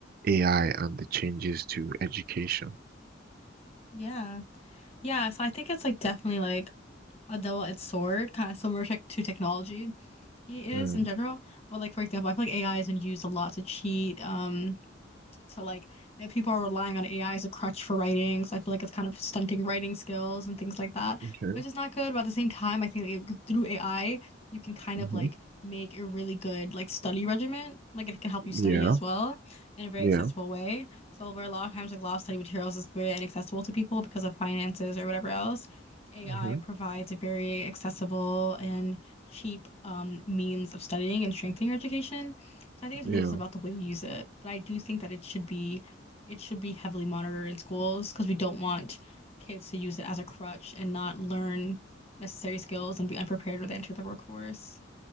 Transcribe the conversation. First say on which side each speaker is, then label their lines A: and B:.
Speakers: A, on the right; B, on the left.
A: AI and the changes to education.
B: Yeah. Yeah. So I think it's like definitely like a double-edged sword, kind of similar tech to technology it is
A: Hmm.
B: in general. But like for example, I feel like AI is been used a lot to cheat. Um, So like if people are relying on AI as a crutch for writing, so I feel like it's kind of stunting writing skills and things like that,
A: Okay.
B: which is not good. But at the same time, I think like, through AI, you can kind
A: hmm
B: of like make a really good like study regimen. Like it can help you study
A: Yeah,
B: as well in a very
A: yeah,
B: accessible way. So where a lot of times like a lot of study materials is very inaccessible to people because of finances or whatever else. AI
A: hmm
B: provides a very accessible and cheap um, means of studying and strengthening your education. So I think it's
A: yeah.
B: really just about the way you use it. But I do think that it should be it should be heavily monitored in schools because we don't want kids to use it as a crutch and not learn necessary skills and be unprepared when they enter the workforce.